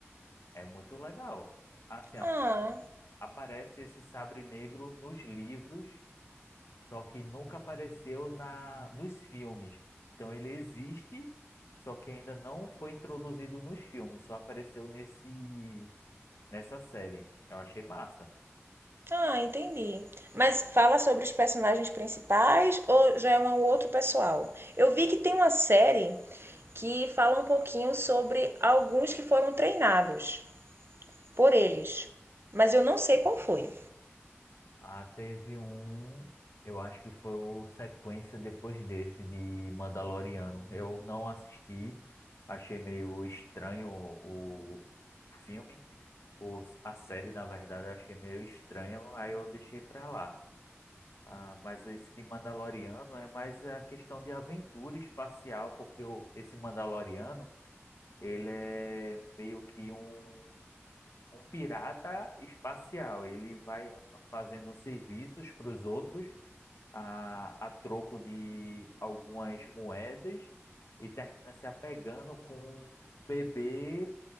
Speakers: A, on the left (about 75°); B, on the right (about 55°).
A: É muito legal. Assim, a-
B: Ah,
A: a- aparece esse sabre negro nos livros, só que nunca apareceu na nos filmes. Então ele existe, só que ainda não foi introduzido nos filmes, só apareceu nesse nessa série. Eu achei massa.
B: Ah, entendi. Mas fala sobre os personagens principais ou já é um outro pessoal? Eu vi que tem uma série que fala um pouquinho sobre alguns que foram treinados por eles, mas eu não sei qual foi.
A: Ah, teve um, eu acho que foi o sequência depois desse de Mandaloriano. Eu não assisti, achei meio estranho o o filme os a série, na verdade, eu achei meio estranha, aí eu deixei pra lá. Ah, mas esse de Mandaloriano é mais a questão de aventura espacial, porque o, esse Mandaloriano, ele é meio que um, um pirata espacial. Ele vai fazendo serviços para os outros a, a troco de algumas moedas e termina se apegando com um bebê